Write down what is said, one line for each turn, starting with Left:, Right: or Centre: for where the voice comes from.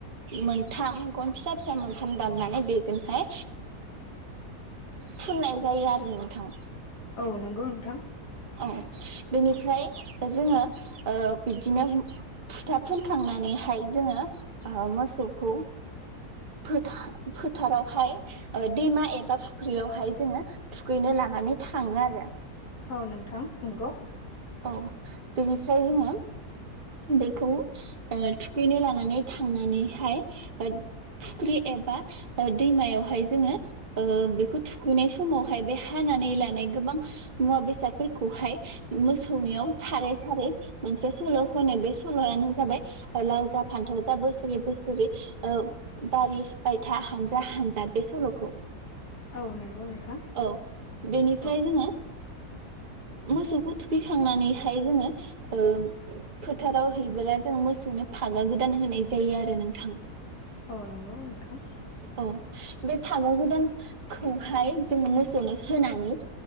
Right: मोनथाम गन फिसा-फिसा मोनथाम दाननानै बेजोंहाय फुननाय जायो आरो नोंथां।
Left: औ नंगौ नोंथां।
Right: औ बेनिफ्राय जोङो ओ बिबदिनो फुथा फोनखांनानैहाय जोङो मोसौखौ फोथा फोथारावहाय दैमा एबा फुख्रियावहाय जोङो थुखैनो लानानै थाङो आरो।
Left: औ नोंथां नंगौ।
Right: औ बेनिफ्राय जोङो बेखौ ओ थुखैनो लानानै थांनानैहाय फुख्रि एबा दैमायावहाय जोङो ओ बेखौ थुखैनाय समावहाय बे हानानै लानाय गोबां मुवा बेसादफोरखौहाय मोसौनियाव सारै सारै मोनसे सल' होनो बे सल'आनो जाबाय लावजा फान्थाव जा बोसोरै बोसोरै बारि बायथा हानजा हानजा बे सल'खौ।
Left: औ नंगौ नोंथां
Right: औ बेनिफ्राय
Left: औ
Right: जोङो मोसौखौ थुखैखांनानैहाय जोङो ओ फोथाराव हैबोला जोङो मोसौनो फागा गोदान होनाय जायो आरो नोंथां।
Left: औ नंगौ नोंथां।
Right: औ बे फागा गोदानखौहाय जोङो मोसौनो होनानै